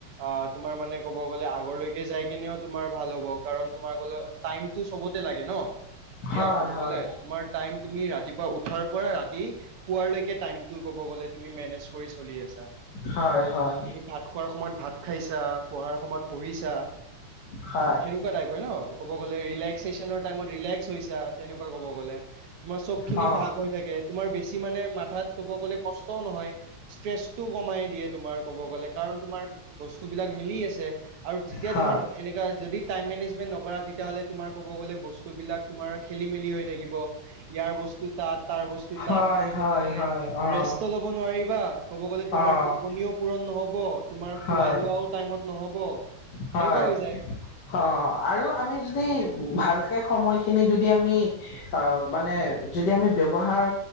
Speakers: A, on the right (about 85°); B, on the left (about 55°).
A: আহ তোমাৰ মানে ক'ব গলে আগলৈকে যাই কেনেও তোমাৰ ভাল হ'ব কাৰণ তোমাৰ টাইমটো চবতে লাগে ন এতিয়া
B: হয়,
A: ক'ব
B: হয়,
A: গ'লে তোমাৰ টাইম তুমি ৰাতিপুৱা উঠাৰ পৰা ৰাতি হোৱালৈকে টাইমটো ক'ব গ'লে তুমি মেনেজ কৰি চলি আছা।
B: হয়, হয়,
A: তুমি ভাত খোৱাৰ সময়ত ভাত খাইছা, পঢ়াৰ সময়ত পঢ়িছা
B: হয়,
A: সেনেকুৱা টাইপ হয় ন। কব গ'লে ৰিলেক্স চিজেনৰ টাইমত ৰিলেক্স হৈছা তেনেকুৱা ক'ব গ'লে তোমাৰ চবখিনি
B: অ',
A: ভাগ হৈ থাকে তোমাৰ বেছি মানে মাথাত ক'ব গ'লে কষ্টও নহয় ষ্ট্ৰেছ টো কমাই দিয়ে। তোমাৰ কব গ'লে কাৰণ তোমাৰ বস্তু বিলাক মিলি আছে আৰু যেতিয়া
B: হয়,
A: তোমাৰ এনেকা যদি টাইম মেনেজমেণ্ট নকৰা তেতিয়াহ'লে তোমাৰ ক'ব গ'লে বস্তু বিলাক তোমাৰ খেলি মেলি হৈ থাকিব ইয়াৰ বস্তু তাত তাৰ বস্তু
B: হয়,
A: তাত তুমি
B: হয়,
A: ক'ব গ'লে
B: হয়, অ',
A: ৰেষ্ট ল'ব নোৱাৰিবা ক'ব গ'লে তোমাৰ
B: অ',
A: টোপনিও পূৰণ নহ'ব তোমাৰ
B: হয়,
A: খোৱা লোৱাও টাইমত নহ'ব
B: হয়
A: সেনেকুৱা হৈ যায়
B: অঁ আৰু
A: আহ
B: আমি যদি ভালকে সময়খিনি যদি আমি অঁ মানে যদি আমি ব্যৱহাৰ